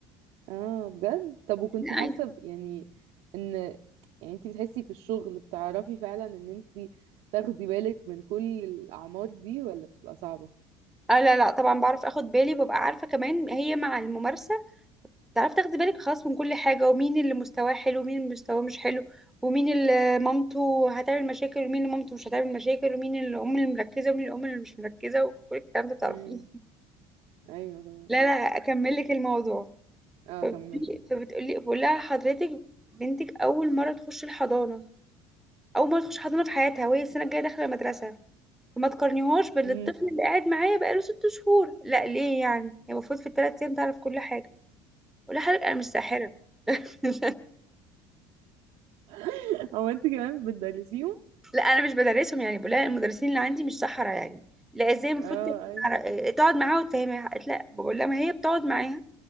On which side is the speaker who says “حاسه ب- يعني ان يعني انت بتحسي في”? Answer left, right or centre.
Right